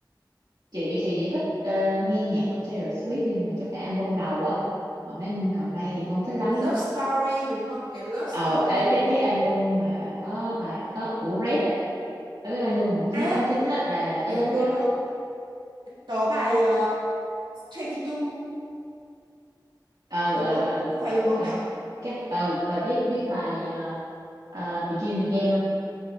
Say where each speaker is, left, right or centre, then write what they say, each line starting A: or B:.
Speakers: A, on the right; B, on the right.
A: Chị thì chị thích ờ, nghe nhạc của Taylor Swift nhưng mà trong cái album đầu á, còn mấy album gần đây thì không thích lắm.
B: Love Story đúng không cái Love Story
A: Ờ, ê,
B: đúng
A: cái
B: không
A: cái album mà có bài có của Red á, ở cái album mà một chín
B: À,
A: tám chín á là là chị
B: đúng
A: thích
B: đúng
A: chứ.
B: đúng. Có bài uh, 22
A: ừ
B: đúng
A: ừ
B: không?
A: ừ
B: Có phải đúng
A: đúng
B: không
A: rồi
B: nhỉ?
A: cái ừ bà biết biết bài ờ, ờ, Begin Again không